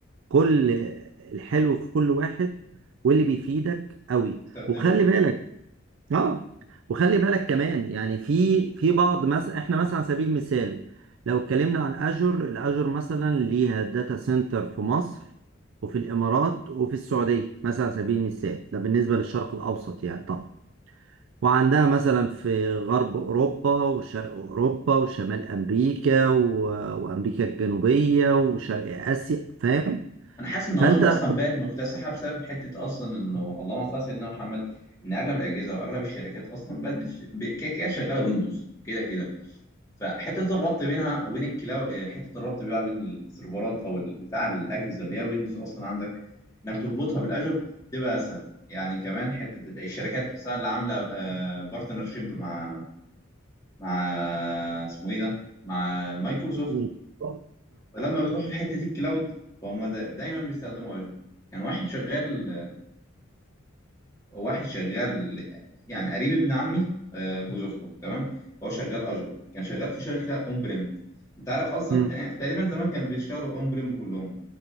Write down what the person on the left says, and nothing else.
استخدمه
انا حاسس ان
اجر
اصلا بقت مكتسحه بسبب حته اصلا انه اللهم صل على سيدنا محمد ان اغلب الاجهزه واغلب الشركات اصلا بقت بتش- ب- كده كده شغاله ويندوز كده كده فحته الربط بينها وبين الكلاو آه، حته الربط بقى بين السيرفرات او ال- بتاع الاجهزه اللي هي الويندوز اصلا عندك انك تربطها بالاجر تبقى اسهل يعني كمان حته ال- الشركات نفسها اللي عامله بارتنرشيب مع مع اسمه ايه ده مع مايكروسوفت
فلما بيروحوا لحته الكلاود فهم دا- دايما بيستخدموا اجر كان واحد شغال واحد شغال يعني قريب ابن عمي آه، جوز اخته تمام هو شغال اجور كان شغال في شركه اون بريم انت عارف اصلا
آه، تقريبا زمان كانوا بيشتغلوا اون بريم كلهم